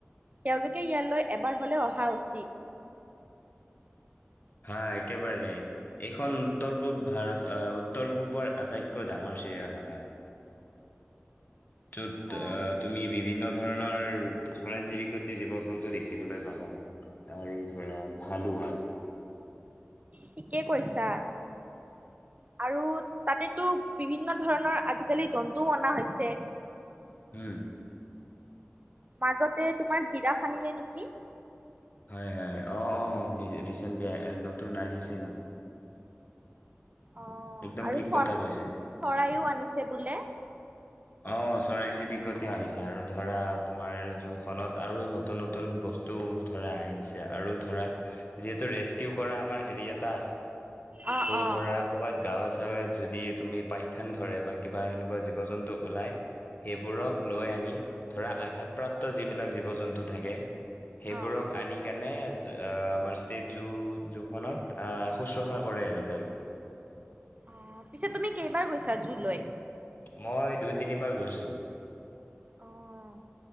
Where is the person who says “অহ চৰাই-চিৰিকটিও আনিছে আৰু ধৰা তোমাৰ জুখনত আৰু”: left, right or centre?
Left